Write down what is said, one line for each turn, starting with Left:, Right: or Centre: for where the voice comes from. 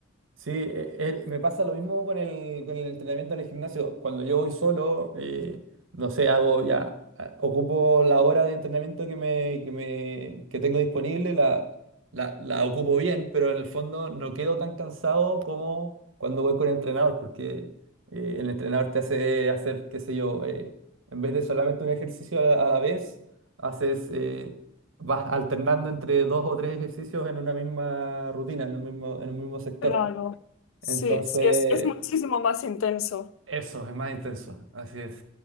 Right: Sí, e- e- me pasa lo mismo con el, con el entrenamiento en el gimnasio. Cuando yo voy solo, eh, no sé, hago ya, a- ocupo la hora de entrenamiento que me, que me, que tengo disponible, la, la, la ocupo bien, pero en el fondo no quedo tan cansado como cuando voy con el entrenador, porque eh, el entrenador te hace hacer, qué sé yo, eh, en vez de solamente un ejercicio a la, a la vez, haces, eh, vas alternando entre dos o tres ejercicios en una misma rutina, en un mismo, en un mismo sector.
Left: Claro, sí,
Right: Entonces,
Left: sí, es, es muchísimo más intenso.
Right: Eso, es más intenso, así es.